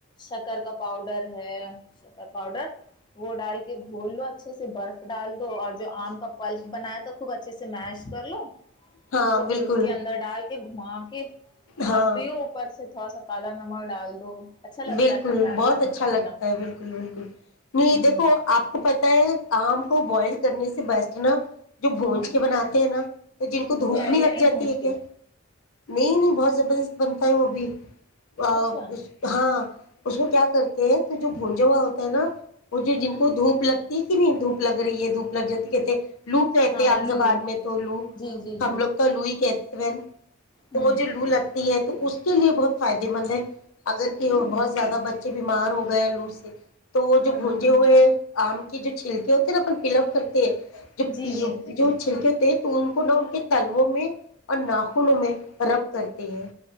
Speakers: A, on the left; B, on the left.
A: شکر کا پاؤڈر ہے پاؤڈر وہ ڈال کے گھول لو اچا اچھے سے برف ڈال دو اور جو آم کا پلف بناائے تو خوب اچھے سے س مش کر لو
B: ہاں
A: اس کو پھر
B: بالکل
A: اس کے اندر ڈال بمان
B: ہاں
A: آپ پیوپر سے او سکالا نام ڈال دو اچھا لگتا
B: بالکل
A: ہے کھٹا
B: بہت
A: کھٹا میٹھا
B: اچھا لگتا
A: میٹھا
B: ہے بالکل بالکل نہیں
A: ہوں
B: دیکھو آپ کو پت ہے آم کو بوائل کرنے سے بیسٹ نا جو بونج
A: ہوں
B: کے بناتے ہیں نا تو جن کو
A: مجھے
B: دھوپ
A: آئیڈیا
B: نہیں لگ جاتی
A: پہنچ
B: ہے
A: کے
B: کیا نہیں نہیں بہت زبردست بنتا ہے وہ بھی ا
A: اچھا ہوں
B: اس اس کو کیا کرتے جو بھونج ہوا ہوتا ہے نا وہ جو
A: ہوں
B: جن کو دھوپ لگتی ہے کتنی دھوپ لگ رہی ہے دھوپ گ ج کہتے لو کہتے
A: آلو
B: عام زبان میں تو لو
A: جی جی
B: ہم
A: جی
B: لوگ تو لو ہی کہتے ایین تو
A: ہوں
B: وہ جو لو لگتی ہے تو اس کے لیے بہت فائدے مند ہے اگر کہ
A: ہوں
B: بہت زیادہ بچ بیمار ہو گیا لو سے تو وہ
A: ہوں
B: جو بونجے ہوئے ہیں آم کی جو چھلکے ہوتے ہیں نا اپن پل اپ کرتے جو
A: جی جی
B: جو چھلک تو ان کو نہ ان کے تلووں میں اور ناخنوں میں رب کرتے ہیں